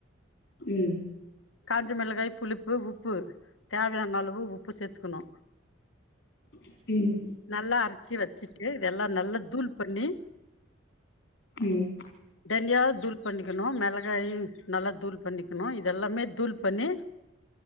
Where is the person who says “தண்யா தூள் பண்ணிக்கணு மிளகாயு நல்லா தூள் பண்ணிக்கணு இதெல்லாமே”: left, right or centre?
Left